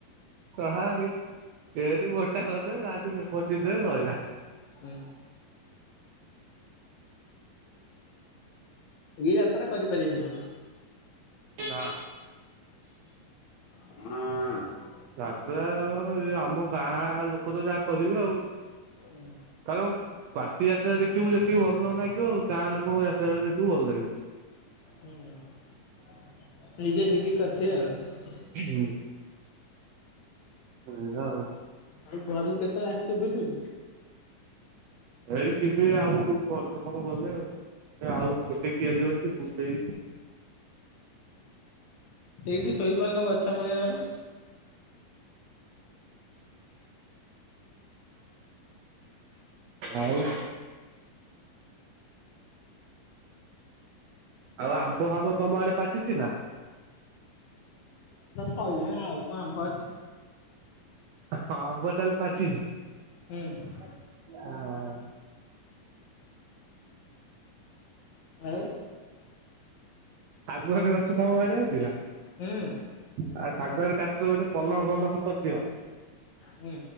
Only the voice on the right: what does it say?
ହଁ <inaudible> ରହିଲା।
ହଁ।
ରାସ୍ତା ଆମ ଗାଁ ଲୋକ ତ ଯାହା କରିବେ ଆଉ। <inaudible>
ପାଟି ଯାତ୍ରା ଦେଖିବୁ। ସେ ଭଲ ନାଗିବ ଗାଁ ଲୋକଙ୍କ ଯାତତାୁ ଭଲ ଲାଗିବ।
ହୁଁ। <inaudible>
ହେଇ ଯିମି ଆଉ <inaudible> ଆଉ ଗୋଟେ କିଆରି ହଉଚି ସେ
ଆଉ। ଆଉ ଆମ୍ବ ଫାମ୍ବ ତମ ଆଡେ ପାଚିଛି ନା।
ହଁ ଆମ୍ବ ତାହଲେ ପାଚିଚି?
ହୁଂ।
ଶାଗୁଅନ ଗଛ ତମ ଆଡେ ଅଛି?
<unintelligible> <inaudible> ଗୋଟେ ପଲଙ୍ଗ ଫଲଙ୍ଗ କରିଦିଅ।